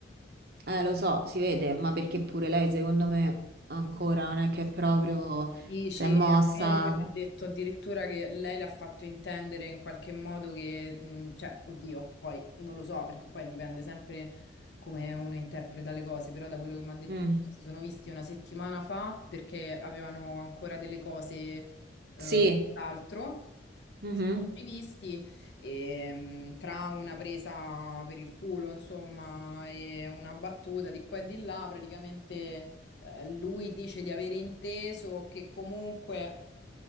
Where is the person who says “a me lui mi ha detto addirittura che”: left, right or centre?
Left